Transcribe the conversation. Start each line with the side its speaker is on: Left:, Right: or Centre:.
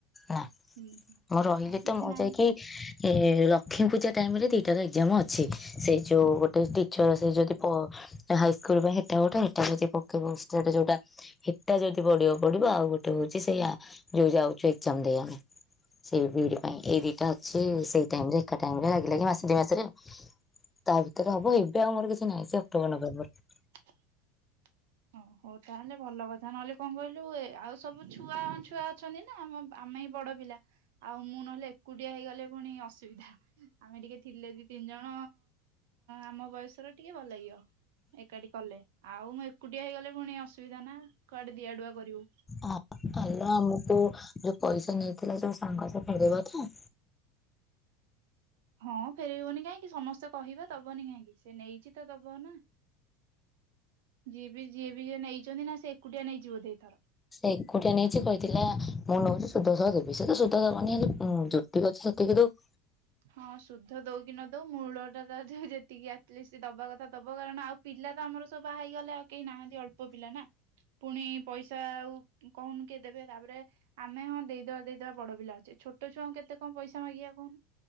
Left: ନାଁ।
Right: ହୁଁ ହୁଁ।
Left: ମୁଁ ରହିଲି
Right: ଆଉ କିଛି
Left: ତ ମୁଁ
Right: ନାହିଁ
Left: ଯାଇକି ଏ ଲକ୍ଷ୍ମୀ ପୂଜା ଟାଇମରେ ଏଟାର ଏକଜ଼ାମ ଅଛି ସେ ଯେଉଁ ଗୋଟେ ଟିଚର ସେ ଯଦି ପ ହାଇସ୍କୁଲ ପାଇଁ ହେଟା ଗୋଟେ ହେଟା ଗୋ ଯଦି ପକେଇବ ସେଟ ଯୋଉଟା ହେଟା ଯଦି ପଡିବ ପଡିବ ଆଉ ଗୋଟେ ହଉଛି ସେଇଆ ଯୋଉ ଯାଉଛୁ ଏକଜ଼ାମ ଦେଇ ପାଇଁ। ସେଇ ବିଡି ପାଇଁ ଏଇ ଦିଟା ଅଛି ସେଇ ଟାଇମରେ ଏକା ଟାଇମ ରେ ଲାଗି ଲାଗ ମାସେ ଦିଇ ମାସରେ। ତା ଭିତରେ ହବ ଏବେ ଆମର କିଛି ନାହିଁ ସେ ଅକ୍ଟୋବର ନଭେମ୍ବର।
Right: <unintelligible> ଓ ହଉ ତାହେଲେ ଭଲ କଥା ନହେଲେ କଣ କହିଲୁ ଏ ଆଉ ସବୁ ଛୁଆ ଛୁଆ ଅଛନ୍ତି ନା ଆମ ଆମେ ବଡ ପିଲା ଆଉ ମୁଁ ନହେଲେ ଏକୁଟିଆ ହେଇଗଲେ ପୁଣି ଅସୁବିଧା। ଆମେ ଟିକେ ଥିଲେ ଦି ତିନି ଜଣ ଆମ ବୟସର ଟିକେ ଭଲଲାଗିବ। ଏକାଠି କଲେ ଆଉ। କୁଟିଆ ହେଇଗଲେ ପୁଣି ଅସୁବିଧା ନା କୁଆଡେ ଦିଆଡୁଆ କରିବୁ।
Left: ହଁ ଆଲୋ ଆମକୁ ଯୋଉ ପଇସା ନେଇଥିଲା ଯୋଉ ସାଙ୍ଗ ସେ ଫେରେଇବ ତ?
Right: ହଁ ଫେରେଇବନି କାହିଁକି ସମସ୍ତେ କହିବେ ଦବନି କାହିଁକି ସେ ନେଇଛି ତ ଦବ ନା। ଯିଏ ବି ଯିଏ ବି ଯେ ନେଇଛନ୍ତି ନା ସେ ଏକୁଟିଆ ନେଇଛି ବୋଧେ ଏଇଥର
Left: ସେ ଏକୁଟିଆ ନେଇଛିି କହିଥିଲା ମୁଁ ନଉଛିି ସୁଧସହ ଦେବି ସେ ତ ସୁଧ ଦବନି ହେଲେ ଯେତିକି ଅଛି ସେ ଟଖେୁ <inaudible>
Right: ହଁ ସୁଧ ଦଉ କି ନ ଦଉ ମୂଳ ଟା ତ ଯେତିକି ଆଟଲିଷ୍ଟ ଦବାକଥା ଦବ କାରଣ ଆଉ ପି ପିଲା ତ ଆମର ସବୁ ବାହା ହେଇଗଲେ ଆଉ କେହି ନାହାନ୍ତି ଅଳ୍ପ ପିଲା ନା ପୁଣି ପଇସା ଆଉ। କହୁନୁ କିଏ ଦେବେ ତାପରେ ଆମେ ହଁ ଦେଇଦବା ଦେଇଦବା ବଡ ପିଲା ଅଛେ ଛୋଟ ଛୁଆଙ୍କୁ କେତ କଣ ପଇସା ମାଗିବା କହୁନୁ।